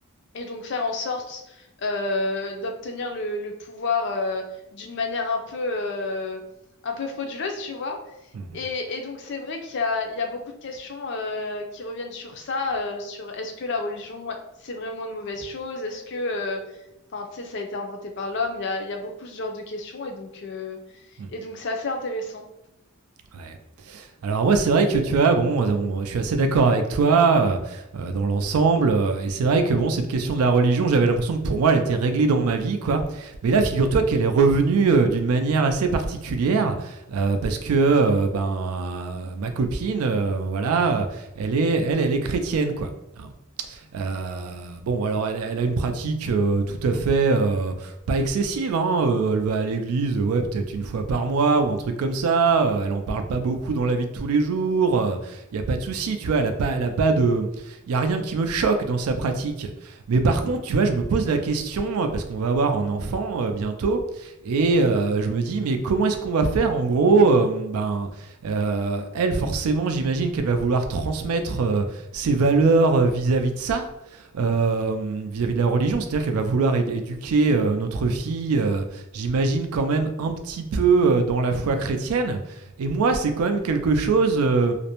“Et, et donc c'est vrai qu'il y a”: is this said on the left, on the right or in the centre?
Left